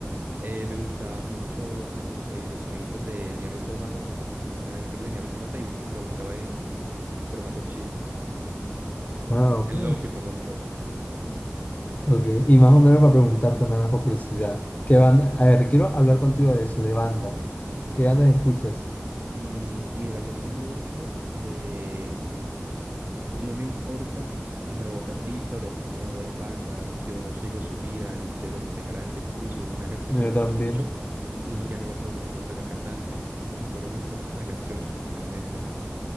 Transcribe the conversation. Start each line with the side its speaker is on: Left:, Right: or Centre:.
Right: eh, me gustaba mucho como que los sonidos de Nier Automata, una intro de Nier Automata y bus- lo buscaba en formato chill,
Left: Ah, ok,
Right: en lofi, perdón, en lofi.
Left: ok. Y más o menos para preguntarte nada por curiosidad. ¿Qué banda? A ver, quiero hablar contigo de eso, de bandas. ¿Qué bandas escuchas?
Right: Mm, Mira, yo soy mucho de, no me importa la voz artista o, los- o las bandas, yo no sigo su vida ni sé los integrantes, incluso una canción
Left: No,
Right: que
Left: Yo
Right: me
Left: también.
Right: gusta mucho, ni siquiera me voy a saber el nombre del cantante, a mí solo me importa es la canción, sinceramente.